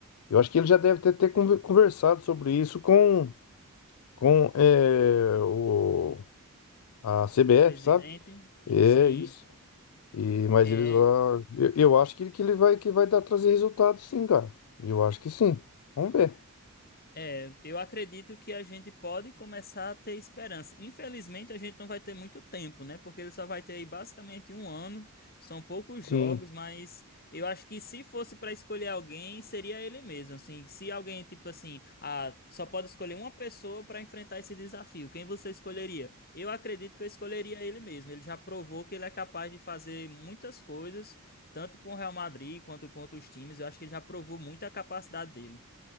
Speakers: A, on the left (about 70°); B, on the left (about 45°).
A: Eu acho que ele já deve ter, ter conver- conversado sobre isso com, com é, o, a CBF,
B: Presidente?
A: sabe? É
B: Sim.
A: isso. E, mas
B: É,
A: eles, ah, eu, eu acho que, que ele vai que vai dar trazer resultado, sim, cara. Eu acho que sim. Vamos ver.
B: É, eu acredito que a gente pode começar a ter esperança. Infelizmente, a gente não vai ter muito tempo, né? Porque ele só vai ter aí basicamente um ano. São poucos
A: Sim.
B: jogos, mas eu acho que se fosse para escolher alguém, seria ele mesmo. Assim, se alguém, tipo assim, ah, só pode escolher uma pessoa para enfrentar esse desafio, quem você escolheria? Eu acredito que eu escolheria ele mesmo. Ele já provou que ele é capaz de fazer muitas coisas, tanto com o Real Madrid quanto com outros times. Eu acho que ele já provou muito a capacidade dele.